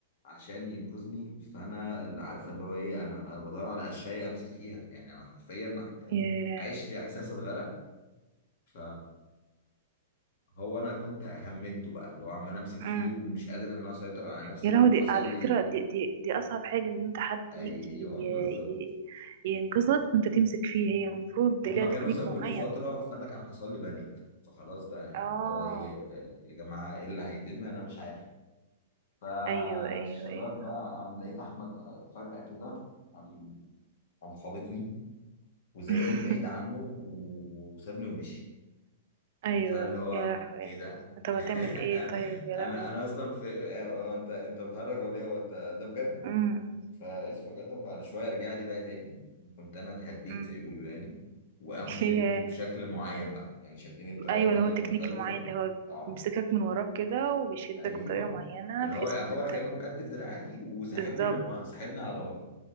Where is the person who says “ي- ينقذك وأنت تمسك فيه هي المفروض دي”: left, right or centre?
Right